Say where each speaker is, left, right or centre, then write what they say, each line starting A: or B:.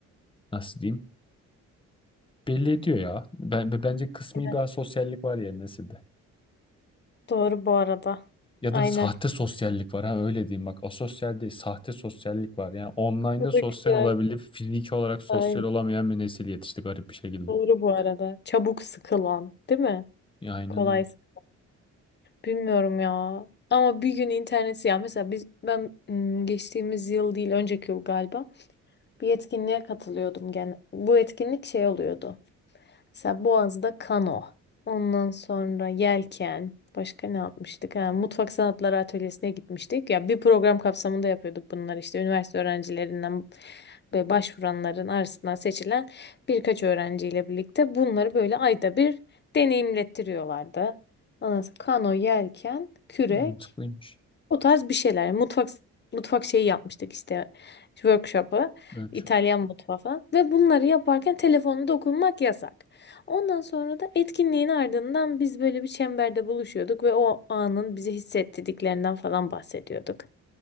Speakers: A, on the left (about 15°); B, on the left (about 35°).
A: nasıl diyeyim? Belli ediyor ya. Ben, bence kısmi
B: Aynen.
A: bir asosyallik var yeni nesilde.
B: Doğru bu arada.
A: Ya
B: Aynen.
A: da sahte sosyallik var ha öyle diyeyim bak asosyal değil sahte sosyallik var. Yani online'da
B: Bu
A: sosyal
B: da güzel.
A: olabilip fiziki olarak sosyal
B: Aynen.
A: olamayan bir nesil yetişti garip bir şekilde.
B: Doğru bu arada. Çabuk sıkılan, değil mi?
A: Ya aynen
B: Kolay.
A: öyle.
B: sık- Bilmiyorum ya. Ama bir gün interneti ya mesela biz ben ım, geçtiğimiz yıl değil önceki yıl galiba bir etkinliğe katılıyordum gene. Bu etkinlik şey oluyordu. Mesela Boğaz'da kano. Ondan sonra yelken. Başka ne yapmıştık? Ha, mutfak sanatları atölyesine gitmiştik. Ya bir program kapsamında yapıyorduk bunları işte. Üniversite öğrencilerinden ve başvuranların arasından seçilen birkaç öğrenciyle birlikte bunları böyle ayda bir deneyimlettiriyorlardı. Ondan sonra kano, yelken, kürek.
A: Mantıklıymış.
B: O tarz bir şeyler. Mutfak mutfak şeyi yapmıştık işte workshop'ı.
A: Böyle
B: İtalyan
A: bir
B: mutfağı falan. Ve bunları yaparken telefonda dokunmak yasak. Ondan sonra da etkinliğin ardından biz böyle bir çemberde buluşuyorduk ve o anın bizi hissettirdiklerinden falan bahsediyorduk.